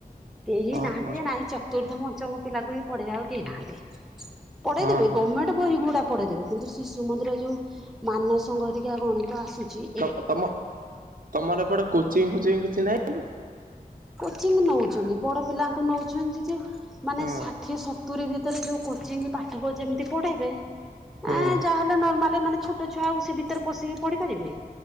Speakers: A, in the centre; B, on the right.
A: କେହି
B: ହଁ
A: ନାହାନ୍ତି
B: ହଁ
A: ଯେ ନାଇଁ ଚତୁର୍ଥ ପଞ୍ଚମ ପିଲାକୁବି ପଢେଇବାକୁ କେହି ନାହାନ୍ତି। ପଢେଇ
B: ହଁ
A: ଦେବେ
B: ହଁ
A: ଗମେଣ୍ଟ। ବହିଗୁଡ଼ା ପଢେଇଦେବେ କିନ୍ତୁ ଶିଶୁ ମନ୍ଦିର ଯୋଉ ମାନସଘରିକା ଗଣିତ ଆସୁଚି।
B: ତମ ତମ ତମର ଏପଟେ କୋଚିଂ ଫୋଚିଂ କିଛି ନାହିଁ?
A: କୋଚିଂ ନଉଛନ୍ତି ବଡ ପିଲାଙ୍କୁ ନଉଛନ୍ତି ଯେ ମାନେ
B: ହଁ
A: ଷାଠିଏ ସତୁ ସତୁରି ଭିତରେ ଯୋଉ କୋଚିଂ ପାଠବି ଯେମିତି ପଢେଇ ବେ
B: ହୁଁ
A: ଆ ଯାହାହଲେ ନର୍ମାଲି ମାନେ। ଛୋଟ ଛୁଆ ଆଉ ସେ ଭିତରେ ପଶିକି ପଢିପାରିବେ।